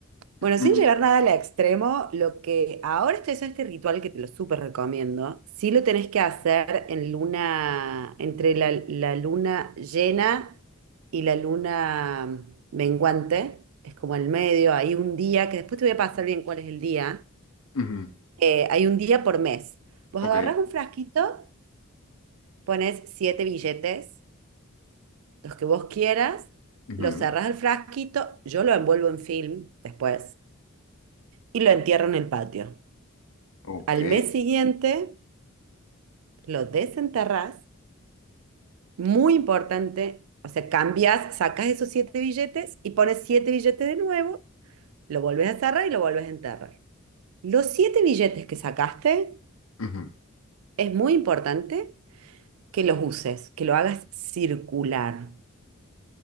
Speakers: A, on the right; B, on the left.
A: Bueno, sin
B: Mm,
A: llegar nada al extremo, lo que ahora estoy haciendo este ritual que te lo súper recomiendo, sí lo tenés que hacer en luna, entre la, la luna llena y la luna menguante, es como el medio, hay un día, que después te voy a pasar bien cuál es el día,
B: ujú,
A: eh, hay un día por mes. Vos
B: Ok.
A: agarrás un frasquito, pones siete billetes, los que vos quieras,
B: ujú,
A: los cerrás al frasquito, yo lo envuelvo en film después y lo entierro en el patio.
B: Ok.
A: al mes siguiente lo desenterrás, muy importante, o sea, cambias, sacas esos siete billetes y pones siete billetes de nuevo, lo volvés a cerrar y lo volvés a enterrar. Los siete billetes que sacaste,
B: ujú,
A: es muy importante que los uses, que lo hagas circular.